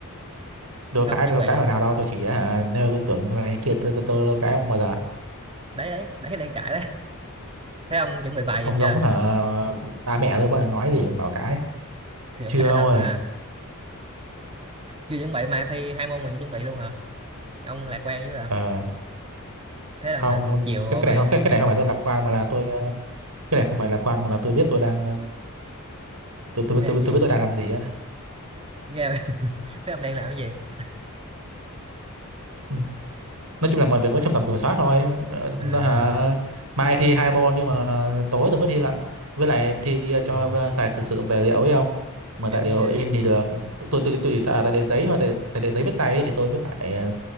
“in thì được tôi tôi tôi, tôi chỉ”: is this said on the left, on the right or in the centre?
Right